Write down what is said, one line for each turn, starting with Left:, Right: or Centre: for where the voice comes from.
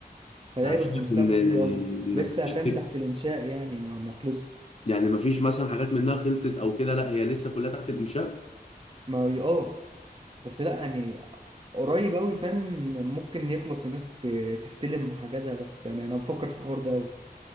Right: فده
Left: شايف
Right: هيبقى في المستقبل
Left: ان انك
Right: حلو قوي لسه
Left: تشتري
Right: فاهم تحت الانشاء يعني ما ما خلصش
Left: يعني ما فيش مثلا حاجات منها خلصت او كده لا هي لسه كلها تحت الانشاء
Right: ما هي- اه بس لا يعني قريب قوي فاهم ممكن يخلص والناس ت- تستلم حاجاتها بس يعني انا بفكر في الحوار ده قوي